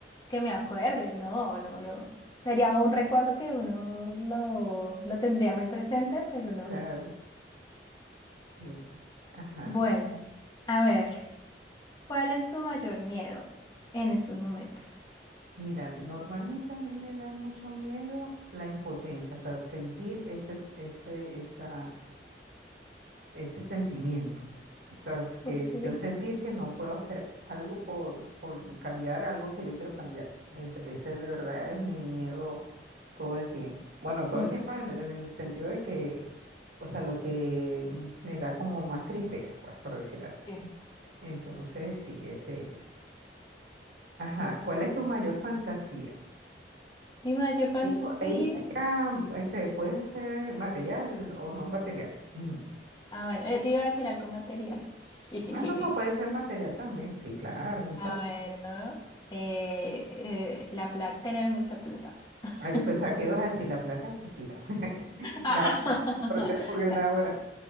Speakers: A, on the left (about 25°); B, on the right (about 70°).
A: que me acuerde, no, no, no. Sería un recuerdo que uno lo, lo tendría muy presente, pero no.
B: Claro, sí. Ajá.
A: Bueno, a ver. ¿Cuál es tu mayor miedo en estos momentos?
B: Mira, normalmente a mí me da mucho miedo la impotencia, o sea, sentir ese, ese, esa, ese sentimiento. O sea, es que
A: Ok.
B: yo sentir que no puedo hacer algo por, por cambiar algo que yo quiero cambiar. Ese, ese de verdad es mi miedo todo el tiempo. Bueno, todo
A: Ujú,
B: el tiempo en, en el sentido de que, o sea, lo que mm, me da como más tristeza, pues, por decir algo.
A: Bien.
B: Entonces, sí, ese es. Ajá,
A: Ok.
B: ¿cuál es tu mayor fantasía?
A: Mi mayor fantasía.
B: Ahí, pu- ahí ya, este, puede ser material o no material. Mm.
A: Ah, bueno, eh, yo iba a decir algo material. <laughs>
B: Ah, no, no, puede ser material también. Sí, claro, muchacho.
A: Ah, bueno. eh, eh, la plata, tener mucha plata. <laughs>
B: Ah, yo pensaba que ibas a decir la plata de Shakira. <laughs>
A: Ah,
B: Claro,
A: <laughs>
B: por Dios, porque
A: la-
B: nada, ahora.